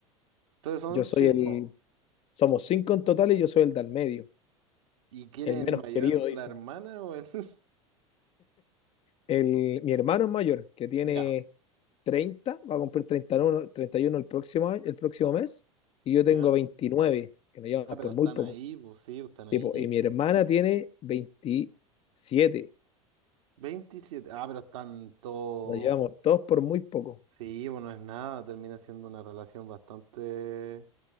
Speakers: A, on the right (about 65°); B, on the left (about 35°).
A: Entonces son
B: Yo soy
A: cinco.
B: el... Somos cinco en total y yo soy el del medio,
A: ¿Y quién
B: el
A: es
B: menos
A: el mayor?
B: querido, dicen.
A: ¿La hermana o el...? <laughs>
B: El, mi hermano es mayor, que tiene
A: Ya.
B: treinta va a cumplir treinta treinta y uno, treinta y uno el próximo, año- el próximo mes, y yo tengo
A: ¿Ya?
B: veintinueve que nos llevamos
A: Ah, pero
B: por
A: están
B: muy poco.
A: ahí, pues sí, pues, están ahí
B: Tipo,
A: mismo.
B: y mi hermana tiene veintisiete
A: veintisiete Ah, pero están todos...
B: nos llevamos todos por muy poco.
A: Sí, bueno, no es nada. Termina siendo una relación bastante...